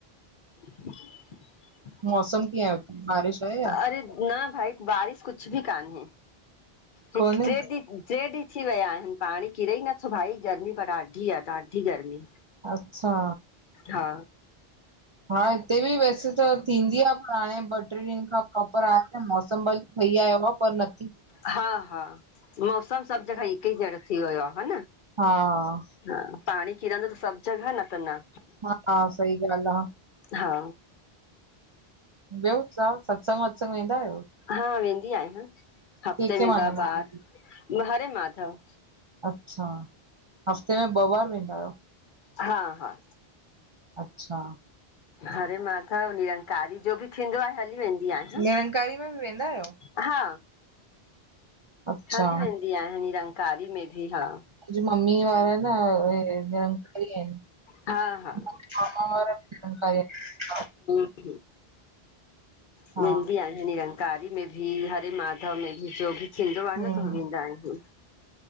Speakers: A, on the left; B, on the right.
A: <inaudible>
B: मौसम कीअं आहे हुते बारिश आहे या
A: अरे न भाई बारिश कुछ बि कान्हे हिकु
B: कोन्हे?
A: टे ॾींहुं टे ॾींहं थी विया आहिनि पाणी किरे ई नथो भाई गर्मी पर ॾाढी आहे ॾाढी गर्मी
B: अच्छा।
A: हा
B: हा हिते बि वैसे त थींदी आ हाणे ॿ टे ॾींहंनि खां प्रोपर आया मौसम भली ठही आयो आहे पर न
A: हा, हा मौसम सभु जॻह हिकु ई जहिड़ो थी वियो आहे। हा न
B: हा
A: हा पाणी किरंदो त सभु जॻह न त न
B: हा हा सही ॻाल् आ
A: हा
B: ॿियो तवा सत्संग वत्संग वेंदा आहियो
A: हा वेंदी आहियां हफ़्ते
B: के के
A: में
B: मांगंदा
A: ॿ
B: आहियो?
A: ॿार। हरे माधव
B: अच्छा, हफ़्ते में ॿ बार वेंदा आहियो
A: हा हा
B: अच्छा,
A: हरे माधव निरंकारी जो बि थींदो आ हली वेंदी आहियां
B: निरंकारी में बि वेंदा आहियो
A: हा
B: अच्छा,
A: हली वेंदी आया निरंकारी में बि हा
B: अज़ मम्मी वारा न <unintelligible> निरंकारी आहिनि,
A: हा हा
B: मामा वारा बि निरंकारी आहिनि।
A: <unintelligible> बि
B: हा
A: आहिनि। निरंकारी में बि, हरे माधव में बि, जो बि थींदो आ
B: हम्म
A: न त वेंदा आहिनि।